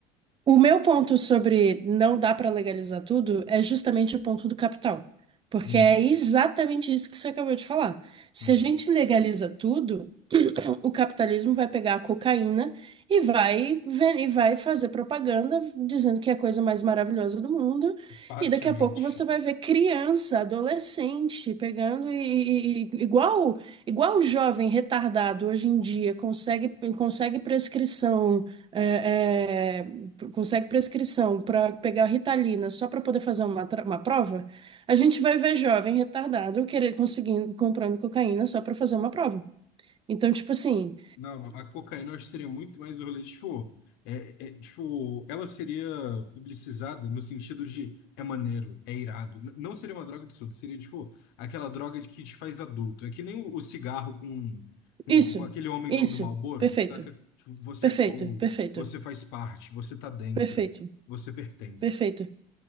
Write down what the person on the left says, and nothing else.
Uhum,
uhum.
Facilmente.
Não, não, a cocaína eu acho que seria muito mais o rolê, tipo, é, é, tipo, ela seria publicizada no sentido de é maneiro, é irado. N- Não seria uma droga de surdo, seria tipo aquela droga de que te faz adulto. É que nem o, o cigarro com, com,
com aquele homem
do, do Marlboro,
saca? Tipo, você
é cool,
você faz parte, você tá dentro,
você pertence.